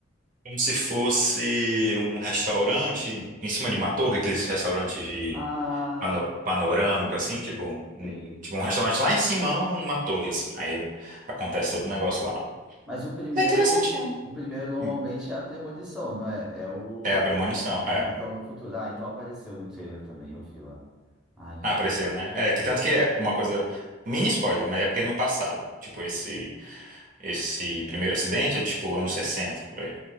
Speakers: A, on the right; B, in the centre.
A: Como se fosse um restaurante em cima de uma torre, aqueles restaurantes de
B: Ah,
A: pano- panorâmico,
B: tá,
A: assim, tipo, n-
B: sei.
A: tipo um restaurante lá em cima, numa torre, assim. Aí acontece todo o negócio lá.
B: Mas o primeiro,
A: É interessantinho.
B: o primeiro normalmente
A: Hum.
B: é a premonição, não é? É o,
A: É a premonição,
B: é
A: é.
B: a visão do futuro. Ah, então apareceu no trailer também, eu vi lá. Ai.
A: Ah, apareceu, né? É, que tanto que é uma coisa, mini spoiler, mas é porque é no passado. Tipo, esse, esse primeiro acidente é tipo anos sessenta por aí.